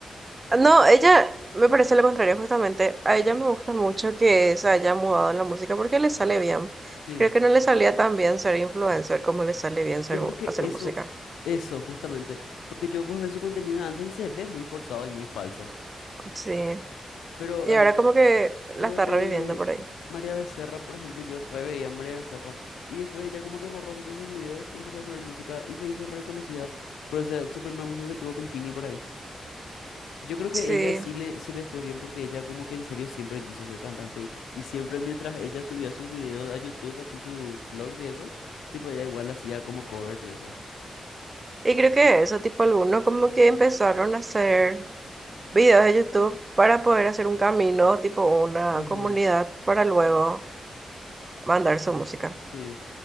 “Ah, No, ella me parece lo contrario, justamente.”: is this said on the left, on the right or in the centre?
Right